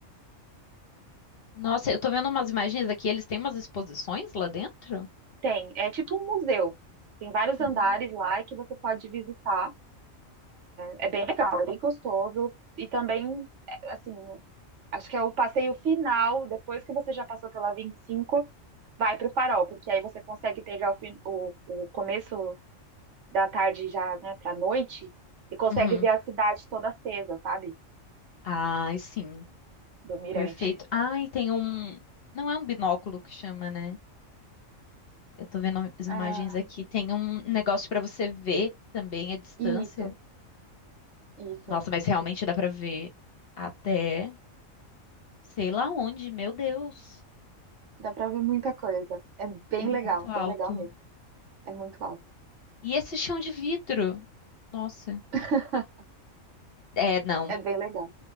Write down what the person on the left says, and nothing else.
Nossa, eu tô vendo umas imagens aqui, eles têm umas exposições lá dentro?
Ah.
Uhum.
Ai, sim.
Perfeito. Ai, tem um. Não é um binóculo que chama, né? Eu tô vendo as
imagens aqui. Tem um negócio pra você ver também a distância.
Nossa, mas realmente dá pra ver até sei lá onde. Meu Deus,
é muito
alto.
E esse chão de vidro? Nossa.
É, não.